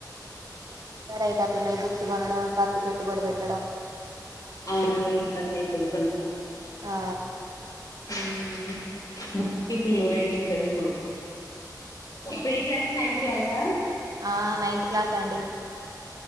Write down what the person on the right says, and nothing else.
యితే అటన్నా బుక్స్ కొనడం పత్తి పెట్టుబడి <inaudible>
ఆ
ఆనైన్త్ క్లాస్ అండి